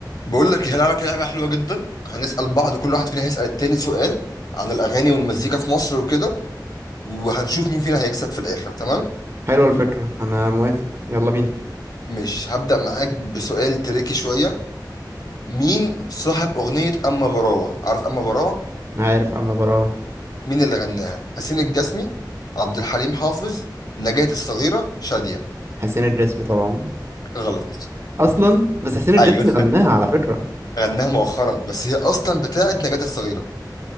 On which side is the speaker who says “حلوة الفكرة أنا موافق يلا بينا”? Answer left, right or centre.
Right